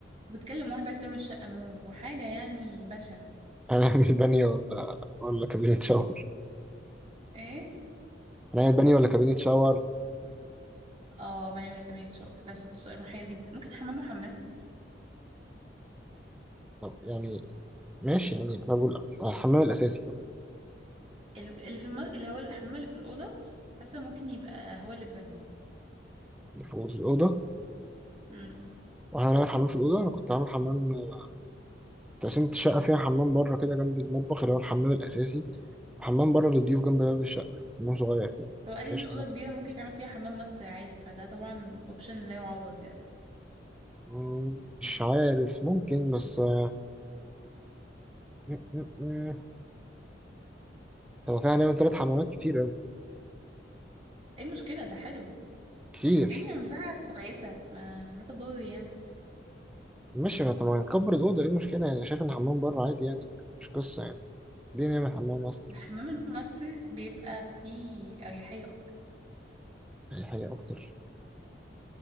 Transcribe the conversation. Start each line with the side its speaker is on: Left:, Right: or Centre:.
Right: بتكلم واحدة عايزة تعمل شقة موف وحاجة يعني بشعة
Centre: <laughs> هنعمل باني ولا ولا كابينة شاور؟
Right: ايه
Centre: هنعمل باني ولا كابينة شاور؟
Right: اه بني ولا كمية شغل ده صوت سؤال محير جدا ممكن حمام وحمام
Centre: طب يعني ماشي يعني أنا بقول الحمام الأساسي طيب
Right: ال- اللي في الم... اللي هو الحمام اللي في الأوضة حاسة ممكن يبقى هو اللي البانيو
Centre: اللي فوق في الأوضة
Right: امم
Centre: وإحنا هنعمل حمام في الأوضة أنا كنت عامل حمام آه، تقسيمة الشقة فيها حمام بره كده جنب المطبخ اللي هو الحمام الأساسي وحمام بره للضيوف جنب باب الشقة حمام صغير كده
Right: هو قال
Centre: مفيهاش
Right: لي ان الأوضة كبيرة ممكن يتعمل فيها حمام ماستر عادي فده طبعا اوبشن لا يعوض يعني
Centre: مم، مش عارف ممكن بس آه، م- م- م. طب هو كان هنعمل تلات حمامات كتير أوي
Right: ايه المشكلة ده حلو
Centre: كتير
Right: يعني مساحة كويسة ما لا تضر يعني
Centre: ماشي ما طب ما نكبر الأوضة إيه المشكلة يعني شايف إن حمام بره عادي يعني مش قصة يعني ليه نعمل حمام ماستر
Right: الحمام الماستر بيبقى فيه أريحية أكتر
Centre: يعني حاجة أكتر